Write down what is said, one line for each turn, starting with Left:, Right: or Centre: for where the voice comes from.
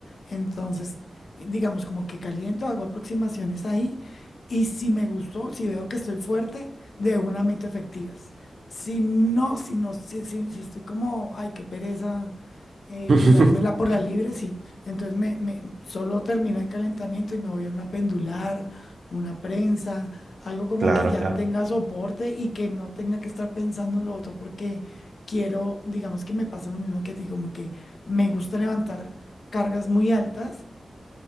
Left: Entonces, eh, digamos, como que caliento, hago aproximaciones ahí y si me gustó, si veo que estoy fuerte, de una meto efectivas. Si no, si no, si, si- si estoy como, ay, qué pereza eh,
Right: <laughs>
Left: jugármela por la libre, sí. Entonces me, me- solo termino el calentamiento y me voy a una pendular, una prensa, algo como
Right: Claro,
Left: que ya
Right: claro.
Left: tenga soporte y que no tenga que estar pensando en lo otro, porque quiero, digamos que me pasa lo mismo que a ti, como que me gusta levantar cargas muy altas